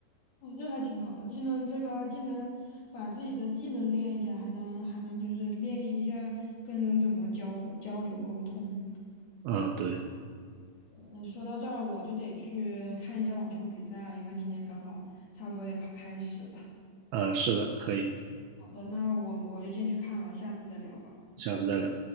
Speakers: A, on the left; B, on the right.
A: 哦，这还挺好的，既能这个既能把自己的技能练一下，还能还能就是练习一下跟人怎么交交流沟通。
B: 嗯，对，
A: 那说到这儿，我就得去看一下网球比赛了，因为今天刚好差不多也开开始了。
B: 呃，是的，可以。
A: 好的，那我我就先去看了，下次再聊吧。
B: 下次再聊。